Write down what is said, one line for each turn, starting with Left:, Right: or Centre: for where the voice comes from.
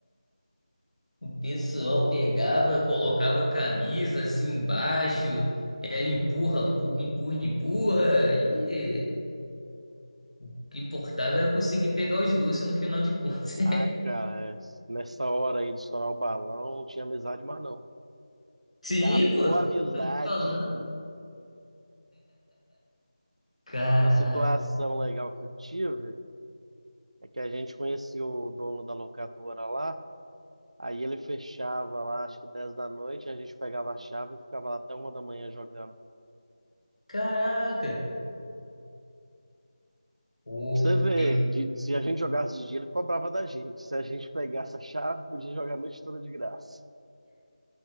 Left: O pessoal pegava, colocava camisa assim embaixo, era empurra, pu- empurra, empurra, e o que importava era conseguir pegar os doces no final de contas.
Right: Ah, cara, nessa hora aí de estourar o balão, não tinha amizade mais não.
Left: <laughs> Sim,
Right: Acabou
Left: pô, tô
Right: a amizade.
Left: falando. Caraca,
Right: Outra situação legal que eu tive é que a gente conhecia o dono da locadora lá, aí ele fechava lá, acho que 10 da noite, a gente pegava a chave e ficava lá até uma da manhã jogando.
Left: caraca. O
Right: Pra você ver,
Left: tempo
Right: de- se a gente jogasse de dia, ele cobrava da gente. Se a gente pegasse a chave, podia jogar a noite toda de graça.